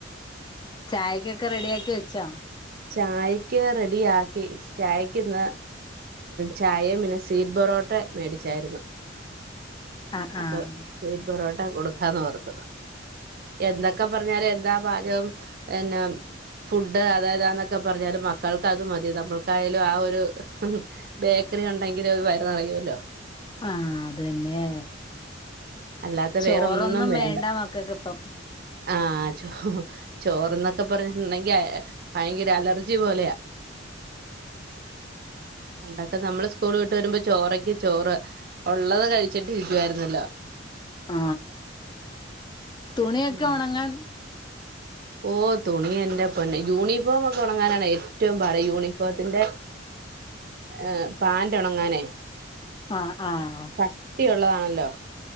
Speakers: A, on the left; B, on the right.
A: ആയിരി ഒക്കെ റെഡിയാക്കി വച്ചോ?
B: ചായക്ക് റെഡിയാക്കി ചായക്ക്ന്ന്. ചായയും പിന്നെ സീറ്റ് പൊറോട്ട മേടിച്ചായിരുന്നു.
A: ആഹ്
B: അപ്പൊ
A: ആഹ്
B: സീറ്റ് പൊറോട്ട കൊടുക്കാന്ന് പറഞ്ഞു. എന്തൊക്കെ പറഞ്ഞാലും എന്താ പാചകം ന്നെ ഫുഡ് അതായതാന്നൊക്കെ പറഞ്ഞാല് മക്കൾക്ക് അത് മതി നമ്മൾക്കായാലും ആ ഒരു ബേക്കറി ഉണ്ടെങ്കിൽ വയറു നിറയുല്ലോ.
A: ആ അതന്നെ
B: അല്ലാത്ത
A: ചോറൊന്നും
B: വേറൊന്നും വേണ്ട.
A: മക്കൾക്ക് ഇപ്പം
B: ആ ചോ ചോറന്നൊക്കെ പറഞ്ഞിട്ടുണ്ടെങ്കി ഭയങ്കര അലർജി പോലെയാ
A: <inaudible>
B: ണ്ടൊക്കെ നമ്മള് സ്കൂൾ വിട്ട് വരുമ്പോ ചോറങ്കി ചോറ്. ഉള്ളത് കഴിച്ച ചിട്ടിരിക്കുവായിരുന്നല്ലോ.
A: ആ തുണിയൊക്കെ
B: ഉം.
A: ഉണങ്ങാൻ.
B: ഓ തുണിയൻ്റെ പൊന്നെ യൂണിഫോമൊക്കെ ഒണങ്ങാനാണ് ഏറ്റവും പാട്. യൂണിഫോമത്തിന്റെ ഏഹ് പാന്റ് ഉണങ്ങാനേ
A: ആഹ് ആഹ്
B: കട്ടിയുള്ളതാണല്ലോ